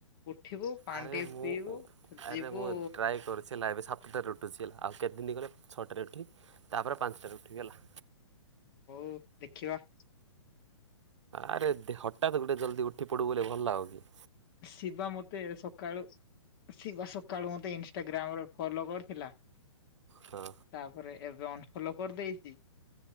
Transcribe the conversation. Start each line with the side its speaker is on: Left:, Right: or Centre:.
Left: ଉଠିବୁ ପାଣି
Right: ଆରେ
Left: ଟିକେ
Right: ମୁଁ
Left: ପିଇବୁ ଫେର
Right: ଆରେ
Left: ଯିବୁ
Right: ମୁଁ <unintelligible> ହେଲା ଆଉ କେତେ ଦିନ ଗଲେ ଛଅଟାରେ ଉଠିବି ତାପରେ ପାଞ୍ଚଟାରେ ଉଠିବି ହେଲା।
Left: ହଉ ଦେଖିବା।
Right: ଆରେ ଦେ ହଠାତ୍ ଗୋଟେ ଜଲ୍ଦି ଉଠି ପଡିବୁ ହେଲେ ଭଲ ଲାଗୁନି।
Left: ଶିବା ମୋତେ ସକାଳୁ ଶିବା ସକାଳୁ ମୋତେ ଇନଷ୍ଟାଗ୍ରାମରେ ଫଲୋ କରିଥିଲା
Right: ହଁ।
Left: ତାପରେ ଏବେ ଅନଫଲୋ କରିଦେଇଚି।